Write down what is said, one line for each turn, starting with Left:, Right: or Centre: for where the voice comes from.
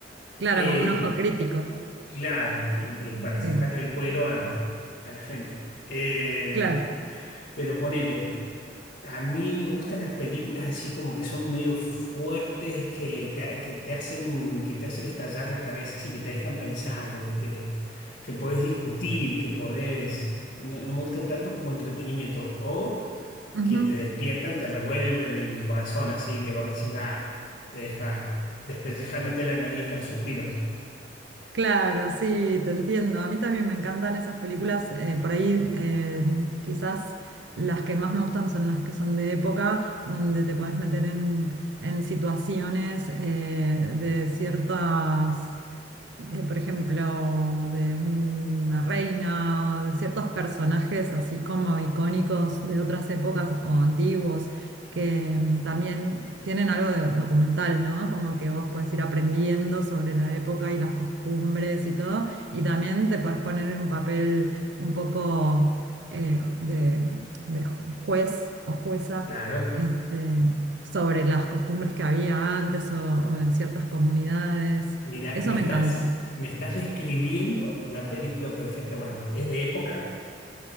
Right: Claro,
Left: Eh,
Right: como un ojo crítico,
Left: claro, y, y para sacarle
Right: sí,
Left: el cuero a, a la gente. Eh,
Right: claro.
Left: pero ponele. A mí me gustan las películas así como que son medio fuertes, que te, que te hacen, que te hacen estallar la cabeza, así que te dejan pensando, que te, que podés discutir, que podés. No, no me gustan tanto como entretenimiento. O
Right: Ujú,
Left: que te despiertan, te revuelven el corazón, así que vos decís, ah, te deja despellejándote la nariz a suspiros.
Right: Claro, sí, te entiendo. A mí también me encantan esas películas, eh, por ahí eh, quizás las que más me gustan son las que son de época, donde te podés meter en, en situaciones eh, de ciertas eh, por ejemplo, de una reina o de ciertos personajes así como icónicos de otras épocas o antiguos, que mm, también tienen algo de documental, ¿no? Como que vos podés ir aprendiendo sobre la época y las costumbres y todo, y también te podés poner en un papel un poco eh, de, de ju- juez o jueza.
Left: Claro.
Right: Este, sobre las costumbres que había antes o o en ciertas comunidades.
Left: Mira,
Right: Eso
Left: me
Right: me
Left: estás,
Right: encanta.
Left: me estás describiendo la película perfecta para mí. Es de época.